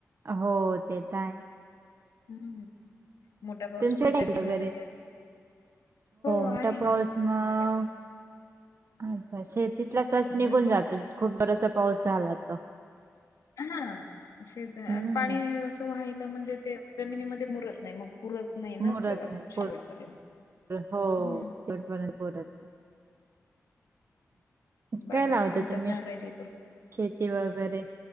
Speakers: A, on the right (about 50°); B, on the left (about 85°).
A: हो तेेत आहे
B: हम्म मोठा पाऊस
A: तुमच्याकडे
B: पडला की झाल
A: वगैरे
B: ते हो
A: मोठा
B: आहे
A: पाऊस
B: ना
A: मग
B: माझ्याकडे
A: अच्छा शेतीतल कस निघून
B: भरपूर
A: जात खूप जोराचा पाऊस झाला तर
B: हा शेतात
A: हम्म
B: पाणी व्हायला म्हणजे ते जमिनीमध्ये मुरत नाही मग पुरत नाही ना आपल्याला
A: मुरत नाही पोर
B: शेवटपर्यंत
A: हो
B: हम्
A: शेवटपर्यंत पुरत नाही.
B: बारीक
A: काय लावता
B: संततधार
A: तुम्ही
B: राहिली तर
A: शेती वगैरे